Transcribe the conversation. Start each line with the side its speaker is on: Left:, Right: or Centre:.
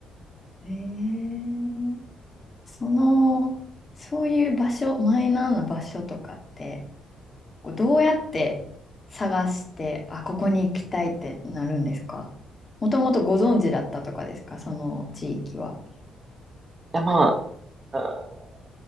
Left: ええその、そういう場所、マイナーな場所とかって、こうどうやって探して、あ、ここに行きたいってなるんですかもともとご存知だったとかですかその地域は。
Right: いや、まあ、あー